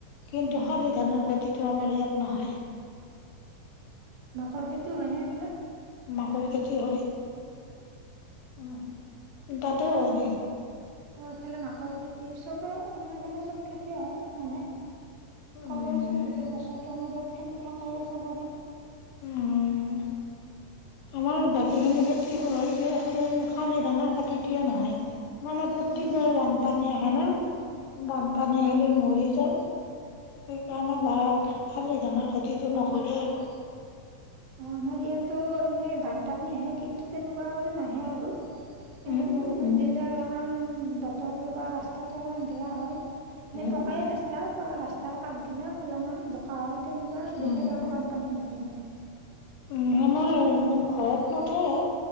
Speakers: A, on the left; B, on the right.
A: কিন্তু
B: উম
A: শালি ধানৰ খেতিটো আমাৰ ইয়াত নহয়।
B: মাকৈ খেতিও হয় নে, এইফালে?
A: মাকৈৰ খেতি হয়। উম। তাতে হয়নে?
B: আৰু, এইফালে মাকৈৰ খেতি চবেই। আমাৰ এইফালে, চব খেতি হয়, মানে
A: উম
B: কলোৱেইচোন। গোটেই বছৰটো, আমাৰ ইয়াত খেতি থাকে সেইয়া চুবুৰীৰ
A: উম। আমাৰ বাকীখিনি খেতি হয়। সেই, সেই শালি ধানৰ খেতিটোৱেই নহয়। মানে, প্ৰত্যেকবাৰে
B: উম
A: বানপানী আহে, ন? বানপানী
B: হয়
A: আহিলে মৰি যায় সেইকাৰণে বাঘ, শালি ধানৰ খেতিটো নকৰে, আৰু
B: অ আমাৰ ইয়াতো এনে বান পানী আহে কিন্তু তেনেকুৱা কৰি নাহে আৰু
A: উম,
B: এনে বৰষুণ
A: উম,
B: দিলে অলপমান বতৰটো বা ৰাস্তাটো অলপমান বেয়া হয়। এনেই
A: উম, উম,
B: পকায়ে ৰাস্তা ৰাস্তাৰ কাষগিলা অলপমান বোকা হয় তেনেকুৱা বেলেগ
A: উম। উম,
B: একো বানপানী নহয় মানে
A: উ আমাৰ ঘৰত নথয়